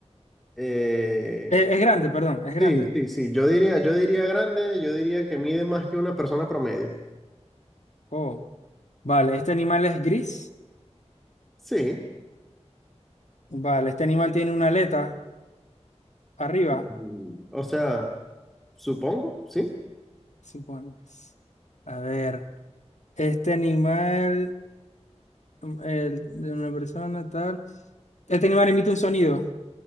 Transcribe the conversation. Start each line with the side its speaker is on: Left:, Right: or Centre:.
Centre: eh,
Left: Eh, es grande, perdón, es grande.
Centre: sí, sí, sí. Yo diría, yo diría grande, yo diría que mide más que una persona promedio.
Left: Oh, vale, ¿este animal es gris?
Centre: Sí.
Left: Vale, ¿este animal tiene una aleta arriba?
Centre: Mm, O sea, supongo, sí.
Left: Supones. A ver, ¿este animal mm, el- de una persona tal? ¿Este animal emite un sonido?